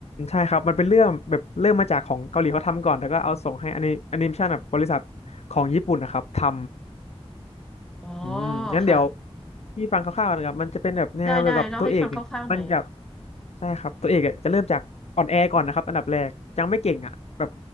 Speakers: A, on the left; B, in the centre.
A: ใช่ครับมันเป็นเรื่องแบบเริ่มมาจากของเกาหลีเขาทำก่อนแล้วก็เอาส่งให้อนิอนิเมชันแบบบริษัทของญี่ปุ่นนะครับทำ
B: อ๋อ
A: อืมงั้นเดี๋ยว
B: ค่ะ
A: พี่ฟังคร่าวๆนะครับมันจะเป็นแบบแนวเกี่ยวกับตัวเอกเนี่ยมันจะ
B: ได้ได้เล่าให้ฟังคร่าวๆหน่อย
A: ใช่ครับตัวเอกอะจะเริ่มจากอ่อนแอก่อนนะครับอันดับแรกยังไม่เก่งอ่ะแบบ